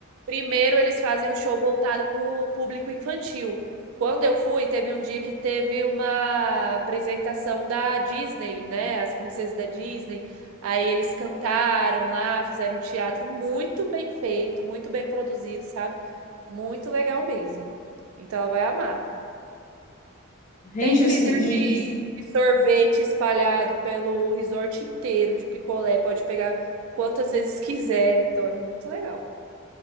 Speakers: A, on the right; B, on the left.
A: Primeiro eles fazem o show voltado para o público infantil. Quando eu fui, teve um dia que teve uma apresentação da Disney, né? As princesas da Disney. Aí eles cantaram lá, fizeram um teatro muito bem feito, muito bem produzido, sabe? Muito legal mesmo. Então ela vai amar.
B: Gente,
A: Tem freezer
B: assim,
A: de
B: e,
A: de sorvete espalhado pelo resort inteiro de picolé. Pode pegar quantas vezes quiser. Então é muito legal.